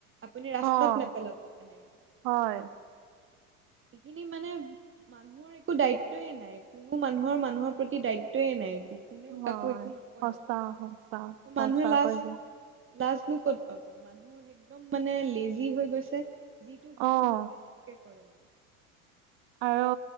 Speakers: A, on the right; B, on the right.
A: আপুনি ৰাস্তাত
B: অ।
A: নেপেলাব তেনেকে।
B: হয়।
A: সেইখিনি মানে মানুহৰ একো দায়িত্বয় নাই কোনো মানুহৰ মানুহৰ প্ৰতি দায়িত্বয়ে নাই একো। কোনেও
B: হয়,
A: কাকো একো নকয়েই
B: সঁচা
A: এ,
B: সঁচা সঁচা
A: মানুহে লাজ
B: কৰিব
A: লাজনো ক'ত পাব, মানুহ একদম মানে লেজি হৈ গৈছে। যিটো সুবিধা
B: অ',
A: পায় সেইটোকে কৰে আৰু।
B: আৰু